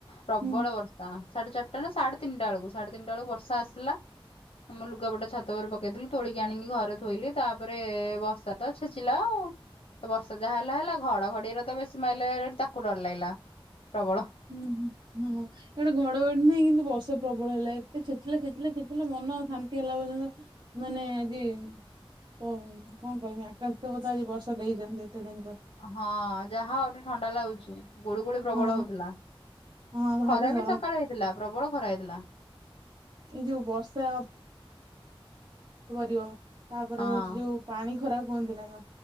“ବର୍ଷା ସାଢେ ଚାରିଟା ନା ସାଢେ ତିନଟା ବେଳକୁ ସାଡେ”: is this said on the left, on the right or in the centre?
Left